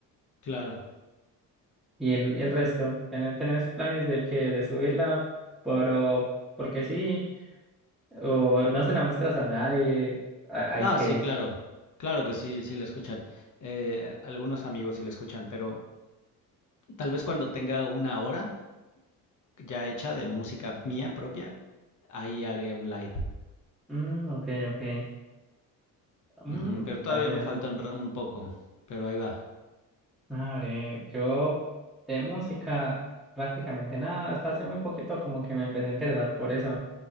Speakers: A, on the left (about 40°); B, in the centre.
A: claro.
B: Y el, y el resto, ¿Tené- ¿tenés planes de que de subirla, pero porque sí? ¿O no se la muestras a nadie? Ha-
A: No,
B: Hay que...
A: sí, claro. Claro que sí, sí la escuchan. Eh, algunos amigos sí la escuchan, pero tal vez cuando tenga una hora ya hecha de música mía propia, ahí haré un live.
B: Mm, ok, ok. Mm,
A: Ujú, pero todavía
B: dale,
A: me
B: dale.
A: falta un, ra- un poco, pero ahí va.
B: Abre, yo de música prácticamente nada, hasta hace muy poquito como que me empecé a interesar por eso.